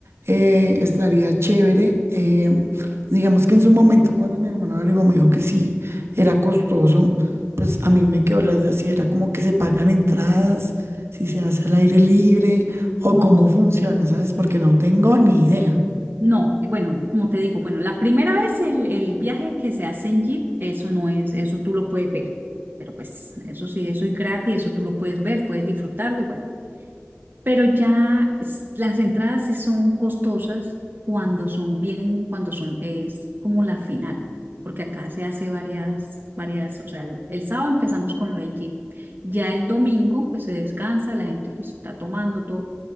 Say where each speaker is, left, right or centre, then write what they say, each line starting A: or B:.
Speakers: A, on the right (about 70°); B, on the right (about 45°).
A: eh, estaría chévere. eh, digamos que en su momento, cuando mi hermano averiguó, me dijo que sí, era costoso, pues a mí me quedó la duda si era como que se pagan entradas, si se hace al aire libre o
B: No,
A: cómo funciona, ¿sabes? Porque no tengo ni idea.
B: No, bueno, como te digo, bueno, la primera vez el, el viaje que se hace en Jeep, eso no es, eso tú lo puedes ver, pero pues eso sí, eso es gratis, eso tú lo puedes ver, puedes disfrutarlo y bueno. Pero ya s- las entradas sí son costosas cuando son, vienen cuando son, es como la final, porque acá se hace varias, varias, o sea, el, el sábado empezamos con lo del Jeep, ya el domingo pues se descansa, la gente pues está tomando todo,